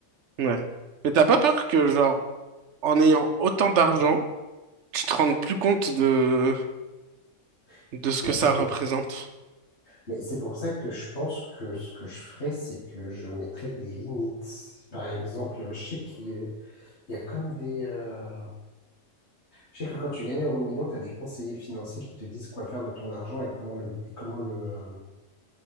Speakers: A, on the right (about 70°); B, on the left (about 60°).
A: Ouais. Mais t'as pas peur que, genre, en ayant autant d'argent, tu te rendes plus compte de
B: <laughs>
A: de ce que
B: Mais c'est
A: ça représente?
B: pour, Mais c'est pour ça que je pense que ce que je ferais, c'est que je mettrais des limites. Par exemple, je sais qu'il y a il y a comme des... euh, Je sais que quand tu gagnes un euro million, tu as des conseillers financiers qui te disent quoi faire de ton argent et comment le, et comment le, euh,